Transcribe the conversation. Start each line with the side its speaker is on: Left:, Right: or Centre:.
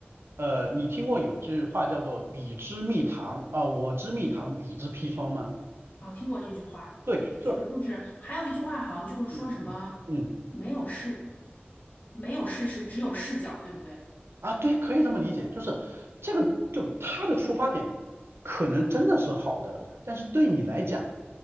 Right: 呃，你听过有句话叫做“彼之蜜糖”啊、我之蜜糖，彼之砒霜”吗？
Left: 啊，听过这句话，
Right: 对，就
Left: 就就是还有一句话好像就是说什么没有事，
Right: 嗯嗯嗯
Left: 没有事实，只有视角，对不对？
Right: 啊，对，可以这么理解，就是这个就他的出发点可能真的是好的，但是对你来讲，